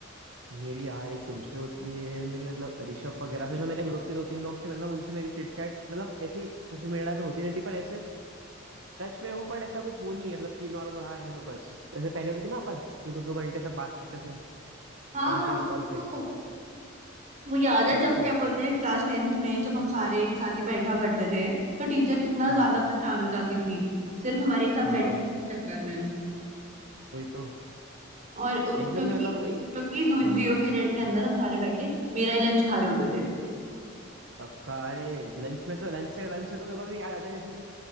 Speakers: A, on the right; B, on the right.
A: मेरी यार एक तुमसे होती है मेरी मतलब ऋषभ वगैरह से जो मेरे ग्रुप के दो तीन लोग थे मतलब उनसे मेरी चिट चैट मतलब ऐसी सोशल मीडिया पे होती रहती पर ऐसे टच में हूँ पर ऐसा कुछ वो नहीं है मतलब कि नॉर्मल हाँ हेलो बस जैसे पहले होती थी ना अपन एक दो दो घंटे सब बात करते थे
B: हाँ
A: कॉन्फ्रेंस कॉल पे
B: तो वो याद है
A: वही
B: जब
A: तो
B: क्या बोलते हैं क्लास टेंथ में जब हम सारे एक साथ ही बैठा करते थे तो टीचर कितना
A: हाँ
B: ज्यादा परेशान हो जाती थी सिर्फ हमारे एक साथ
A: हाँ
B: बैठने के चक्कर में
A: वही तो
B: और अ,
A: एकदम
B: क्योंकि
A: से मतलब
B: क्योंकि
A: वही हाँ
B: जीरो पीरियड के अंदर हम सारे बैठ के मेरा ही लंच खा रहे होते थे
A: कब का अरे लंच में तो लंच से लंच से तो मेरे को भी याद आता है जैसे कि